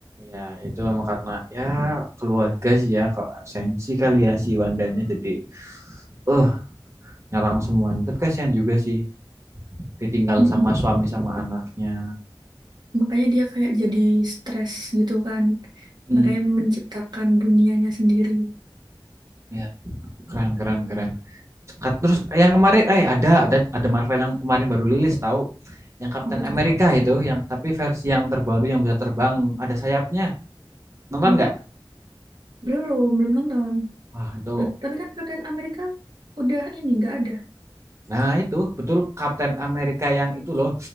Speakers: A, on the right (about 35°); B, on the right (about 55°).
A: ya itu emang karena ya keluarga sih ya kok sensi kali ya si Wandanya jadi eh nyerang semuanya tapi kasihan juga sih ditinggal
B: Mm-mm.
A: sama suami sama anaknya
B: Makanya dia kayak jadi stres gitu kan.
A: hmm,
B: Makanya menciptakan dunianya sendiri.
A: ya keren keren keren terus yang kemarin eh ada ada ada Marvel yang kemarin baru rilis tahu yang Captain
B: Apa tuh?
A: America itu yang tapi versi yang terbaru yang bisa terbang ada sayapnya nonton
B: Iya
A: nggak
B: kan? Belum, belum nonton.
A: wah itu
B: Loh, tapi kan Kapten Amerika udah ini, nggak ada.
A: nah itu betul Captain America yang itu loh